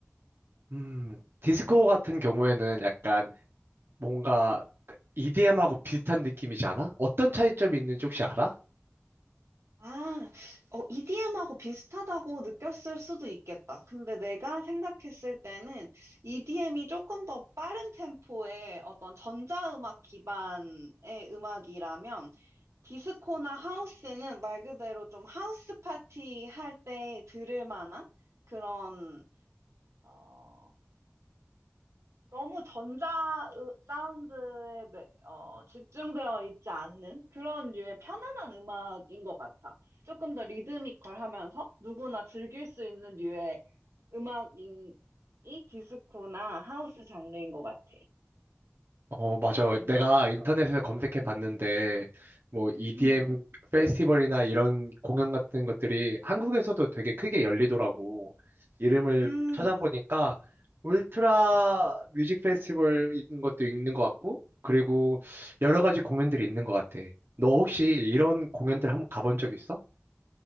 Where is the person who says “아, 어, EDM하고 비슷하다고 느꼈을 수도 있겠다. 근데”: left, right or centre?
Right